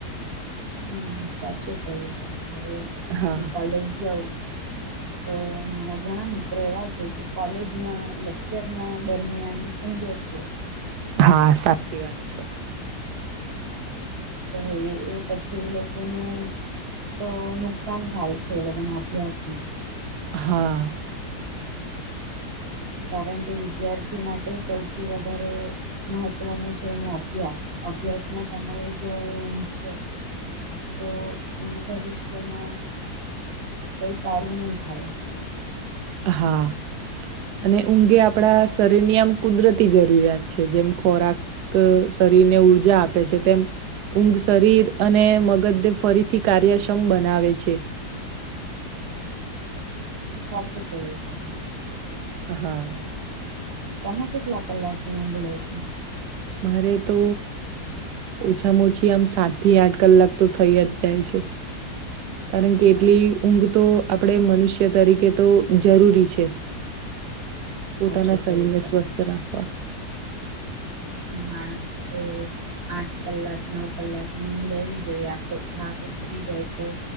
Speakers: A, on the right; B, on the right.
A: હમ સાચું કહ્યું તમે હવે
B: હા
A: હું કોલેજ જઉં તો મારા ઘણા મિત્રો એવા છે જે કોલેજમાં લેક્ચરના દરમિયાન ઊંઘે છે
B: હા સાચી વાત છે.
A: તો એ એ પછી એ લોકોનું તો નુકસાન થાય છે, એ લોકોના અભ્યાસમાં
B: હા
A: કારણ કે વિદ્યાર્થી માટે સૌથી વધારે મહત્વનું છે એનું અભ્યાસ અભ્યાસ ના સમયે જો ઊંડશે તો એનું ભવિષ્યમાં કઈ સારું નહી થાય
B: હા. અને ઊંઘે આપણા શરીરની આમ કુદરતી જરૂરિયાત છે, જેમ ખોરાક શરીરને ઉઊર્જા આપે છે. તેમ ઊંઘ શરીર અને મગધે ફરીથી કાર્યક્ષમ બનાવે છે
A: સાચું કય્યું તને
B: હા
A: તમે કેટલા કલાક ની ઉઊગળો છો
B: મારે તો ઓછામાં ઓછી, આમ સાત થી આઠ કલાક તો થઈ જ જાય છે. કારણ કે
A: સારું
B: એટલી ઊંઘ તો આપણે મનુષ્ય તરીકે તો જરૂરી છે.
A: સાચું
B: પોતાના શરીર
A: કહ્યું
B: ને
A: તમે
B: સ્વસ્થ રાખવા
A: માણસ એ આઠ કલાક નવ કલાક ની ઊંઘ લેવી જોઈએ આખો થાક ઉતરી જાય તો